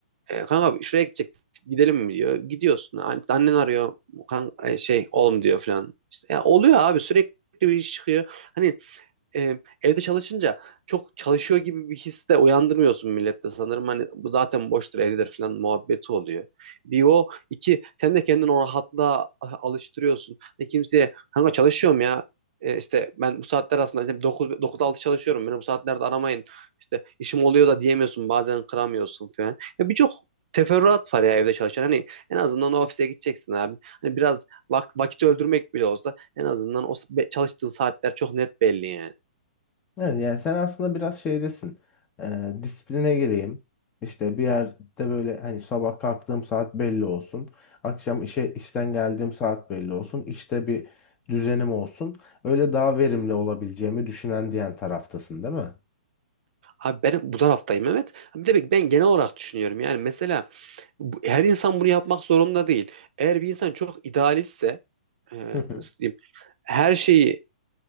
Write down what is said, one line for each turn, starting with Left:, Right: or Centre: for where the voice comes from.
Right: e, kanka şuraya gidecek gidelim mi diyor. Gidiyorsun. An- Annen arıyor. Kan e, şey oğlum diyor falan. İşte, ya oluyor abi sürekli bir iş çıkıyor. Hani e, evde çalışınca çok çalışıyor gibi bir his de uyandırmıyorsun millette sanırım. Hani bu zaten boştur evdedir falan muhabbeti oluyor. Bir o iki sen de kendini o rahatlığa alıştırıyorsun. Ne kimseye kanka çalışıyorum ya E, işte ben bu saatler aslında işte dokuz dokuz altı çalışıyorum. Beni bu saatlerde aramayın. İşte işim oluyor da diyemiyorsun. Bazen kıramıyorsun falan. Ya birçok teferruat var ya evde çalışan. Hani en azından o ofise gideceksin abi. Hani biraz vak vakit öldürmek bile olsa en azından o s- be- çalıştığın saatler çok net belli yani.
Left: Evet, yani sen aslında biraz şeydesin. Ee, disipline gireyim. İşte bir yerde böyle hani sabah kalktığım saat belli olsun. Akşam işe işten geldiğim saat belli olsun. İşte bir düzenim olsun. Öyle daha verimli olabileceğimi düşünen diyen taraftasın, değil mi?
Right: Abi ben bu taraftayım Mehmet. Bir de bak ben genel olarak düşünüyorum. Yani mesela bu- her insan bunu yapmak zorunda değil. Eğer bir insan çok idealistse e,
Left: <laughs>
Right: nasıl diyeyim, her şeyi